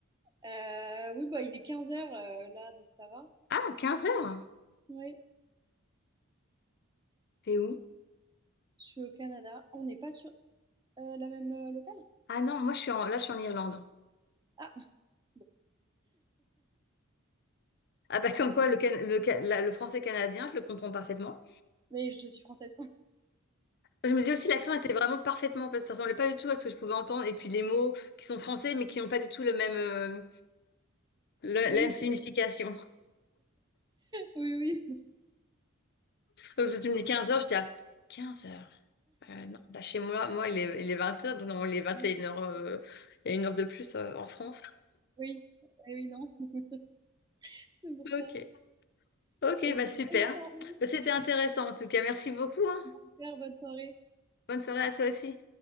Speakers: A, on the right; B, on the left.
A: Euh, oui, bah, il est 15h là, donc ça va.
B: Ah, quinze heures.
A: Oui,
B: T'es où?
A: je suis au Canada. On n'est pas sur euh, la même euh, locale
B: Ah non, moi je suis en... là, je suis en Irlande.
A: Ah, bon.
B: Ah bah comme quoi le, can- le, ca- la- le français canadien, je le comprends parfaitement.
A: Mais je suis française. <laughs>
B: Je me dis aussi l'accent était vraiment parfaitement parce que ça ressemblait pas du tout à ce que je pouvais entendre. Et puis les mots qui sont français mais qui n'ont pas du tout le même, euh, le-
A: Oui,
B: la même signification.
A: oui.
B: Donc, si tu me dis 15h, j'étais à quinze heures. Euh, non, bah, chez moi, moi, il est, il est vingt heures, donc non, il est 21h.
A: Oui,
B: euh, il y a une heure de plus euh, en France.
A: oui, Eh oui non. <laughs> c'est pour ça.
B: Ok. Ok,
A: Et
B: bah
A: bah,
B: super.
A: bonne soirée,
B: Bah, c'était intéressant en tout cas. Merci beaucoup, hein.
A: super bonne soirée.
B: Bonne soirée à toi aussi.